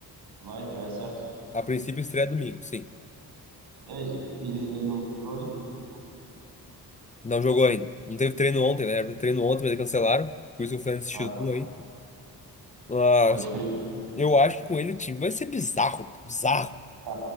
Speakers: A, on the right (about 75°); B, on the left (about 20°).
A: Vai, já é certo.
B: A princípio estreia domingo, sim.
A: É, ele, ele não treinou ainda? Já treinou.
B: Não jogou ainda. Não teve treino ontem, né? Era pra ter treino ontem, mas eles cancelaram. Por isso que o Fernandes x
A: Ah,
B: um aí. Mas
A: pode crer.
B: eu acho que com ele o time vai ser bizarro, mano. bizarro.
A: Tá,